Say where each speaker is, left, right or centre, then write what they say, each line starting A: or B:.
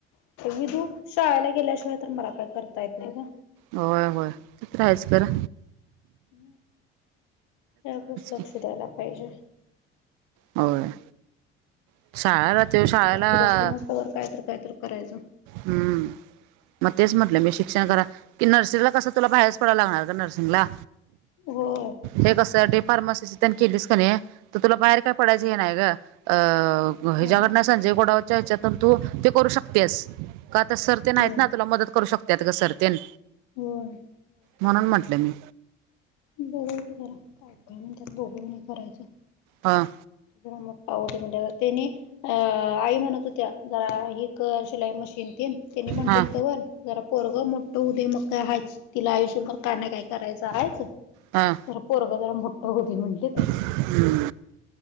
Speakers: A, on the left; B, on the right.
A: विधू शाळेला गेल्याशिवाय तर मला काय करता येत नाही, ग
B: होय होय <unintelligible> करा
A: ह् त्यावरच लक्ष
B: की
A: द्यायला पाहिजे
B: होय, <unintelligible> शाळेला
A: घरात बसूनच कायत कायत करायचं?
B: हम्म, मग तेच म्हटलं मी शिक्षण करा, की नर्सिंगला कसं तुला बाहेरच पडायला लागणार का नर्सिंगला.
A: हो,
B: हे कससाठी फार्मासी त्यांनी का नाही, तर तुला बाहेर काय पडायचं हे नाय ग अ ह्याच्याकडन
A: होय
B: संजय गडावच्या ह्याच्यातून तू ते करू शकतेस. का आता सर्तेन आहेत
A: होय
B: ना तुला मदत करू शकत का सर्तेन
A: होय
B: म्हणून, म्हंटलं मी.
A: बघ जरा का का म्हण त्यात बघून हे करायचं
B: हं,
A: ज मप्पा होते म्हणजे त्यानी अ आई म्हणत होत्या <unintelligible> ब जरा कर शिलाई मशीन त त्यानी म्हणली
B: हा
A: तंवर जरा पोरगं मोठं हो देय, मग काय आहे तिला आयुष्यभर काय नाही काय करायचं आहेच.
B: हं.
A: हो, जर पोरगं जरा मोठं होती म्हटली तर
B: हम्..